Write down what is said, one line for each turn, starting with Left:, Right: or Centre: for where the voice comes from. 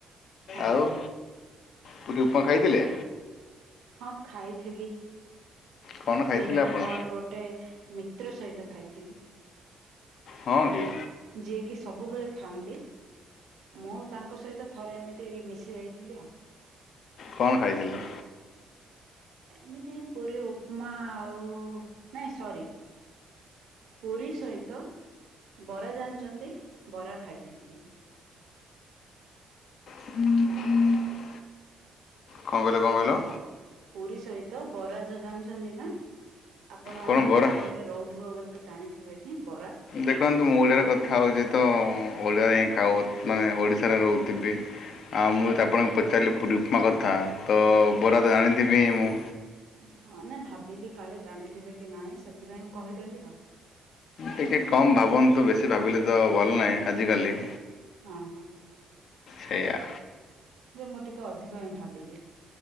Right: ହଁ
Left: ଆଉ ପୁରି ଉପମା ଖାଇଥିଲେ?
Right: ହଁ ଖାଇଥିଲି।
Left: କ'ଣ ଖାଇଥିଲେ
Right: ସେଇଟା ବି
Left: ଆପଣ
Right: ମୋର ଗୋଟେ ମିତ୍ର ସହିତ ଖାଇଥିଲି।
Left: ହଁ କି?
Right: ଯିଏ କିି ସବୁବେଳେ ଖାଆନ୍ତି। ମୁଁ ତାଙ୍କ ସହିତ ଥରେ ଏମିତି ମିଶି ଯାଇଥିଲି ଆଉ।
Left: କଣ ଖାଇଥିଲେ?
Right: ଏମିତି ପୁରୀ ଉପମା ଆଉ ନାଇଁ ସରି। ପୁରି ସହିତ ବରା ଜାଣିଚନ୍ତି, ବରା ଖାଇଥିଲି ମୁଁ।
Left: <inaudible> କଣ କହିଲ କଣ କହିଲ?
Right: ପୁରି ସହିତ ବରା ଯୋଉ ଜାଣିଛନ୍ତି ନା? ଆପଣ
Left: କ'ଣ ବରା
Right: ଓଡିଶାରେ ରହୁଥିବ ବୋଲି ତ ଜାଣିଥିବେ ହିଁ ବରା।
Left: ଦେଖନ୍ତୁ ମୁଁ ଓଡ଼ିଆରେ କଥା ହଉଚି ତ ଓଡ଼ିଆରେ ହିଁ ଖାଉ ମାନେ ଓଡ଼ିଶାରେ ରହୁଥିବି। ଆଉ ମୁଁ ଆପଣଙ୍କୁ ପଚାରିଲି ପୁରି ଉପମା କଥା ତ ବରା ତ ଜାଣିଥିବି ମୁଁ।
Right: ହଁ ନା ଭାବିଲି କାଳେ ଜାଣିଥିବେ କି ନାହିଁ ସେଥିପାଇଁ କହିଦେଲି ଆଉ।
Left: ଟିକେ କମ୍ ଭାବନ୍ତୁ ବେଶୀ ଭାବିଲେ ତ ଭଲ ନାହିଁ ଆଜିକାଲି।
Right: ହଁ, ହଁ।
Left: ସେଇଆ।
Right: ଯେ ମୁଁ ଟିକେ ଅଧିକ ହିଁ ଭାବିଦିଏ।